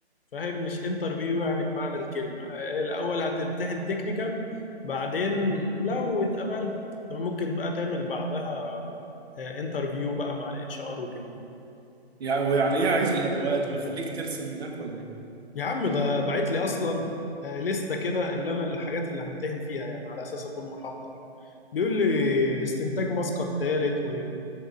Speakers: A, on the left; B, on the right.
A: فاهم مش انترفيو يعني بمعنى الكلمة آه، الأول هتمتحن تكنيكال بعدين لو اتقبلت ممكن بقى تعمل بعدها انترفيو بقى مع الاتش ار وكده
B: يعني ويعني ايه عايز الادوات ويخليك ترسم هناك ولا ايه
A: يا عم ده بعت لي اصلا آه، لستة كده اللي انا الحاجات اللي همتحن فيها يعني على اساس اكون محضر بيقول لي استنتاج ماسكة التالت و...